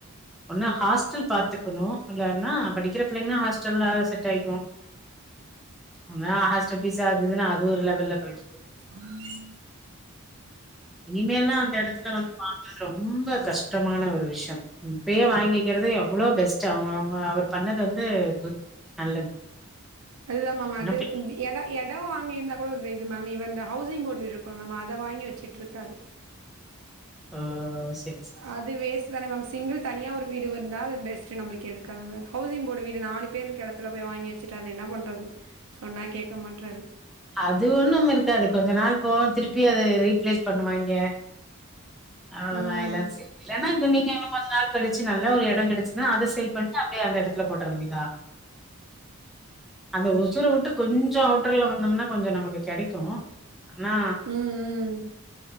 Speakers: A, in the centre; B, on the right.
A: ஒன்னு ஹாஸ்டல் பாத்து ருக்கனும் இல்லானா படிக்கிற பிள்ளைங்கன்னா ஹாஸ்டல்ல செட் ஆய்க்கும் அம ஹாஸ்டல் பீஸ் ஆகுதுன்னா அது ஒரு லெவல்ல போயிர்ச்சு
B: ம்
A: இனிமே எல்லாம் அந்த எடத்துல வந்து பாக்குறது ரொம்ப கஷ்டமான ஒரு விஷ்யம் இப்பயே வாங்கிக்கிறது எவ்வளோ பெஸ்ட் ச்ச ஆமா ஆமா அவர் பண்ணது வந்து குட் நல்லது
B: அதுதான் மேம் அது
A: என்ன பி
B: வந்து எடொ எடொம் அங்க இருந்தா கூட ஒர் இது மேம் இவ இந்த ஹவுசிங் போர்டு குழமமா அத வாங்கி வச்சிட்டு இருக்காரு
A: ஆ செர் செ செ
B: அது வேஸ்ட் தான மேம் சிங்குள் தனியா ஒரு வீடு வந்தால் அது பெஸ்ட் நம்ளுக்கு எதுக்காக ஹவுசிங் போர்டு வீடு நாலு பேர் இருக்க எடத் த்துல போய் வாங்கி வச்சுட்டு அது என்ன பண்றது சொன்னா கேக்க மாட்டுறார்
A: அது ஒன்னும் இருக்காது அது கொஞ்ச நாள் போம் திருப்பி அதது ரீப்ளேஸ் பண்ணுவாய்ங்க அவ்வளோதான்
B: ம்
A: எல்லாம் சே கொஞ்ச நாள் கழிச்சு நல்ல ஒரு எடம் கிடைச்சா அத சேல் பண்ணி ட்டு அப்டியே அந்த எடத்துல போட்டறவேண்டிதா அந்த ஒசுர விட்டு கொஞ் ஜோ அவுட்டர்ல வந்தம்னா கொஞ்சம் நமக்கு கிடைக்கும் ஆனா
B: ம் ம்